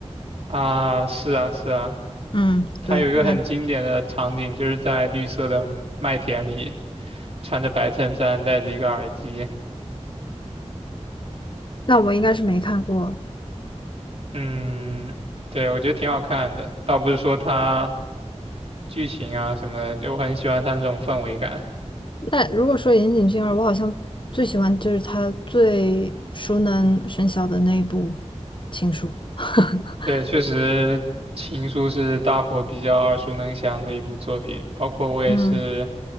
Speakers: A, on the right; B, on the left.
A: 啊，是啊，是啊。
B: 嗯，
A: 他有一个很经典的场景，
B: 对，那
A: 就是在绿色的麦田里，穿着白衬衫，戴着一个耳机。
B: 那我应该是没看过。
A: 嗯，对，我觉得挺好看的。倒不是说它剧情啊什么的，就我很喜欢它那种氛围感。
B: 那如果说岩井俊二，我好像最喜欢就是他最熟能生巧的那一部《情书》<laughs>。
A: 对，确实，《情书》是大伙比较耳熟能详的一部作品，包括我也是。
B: 嗯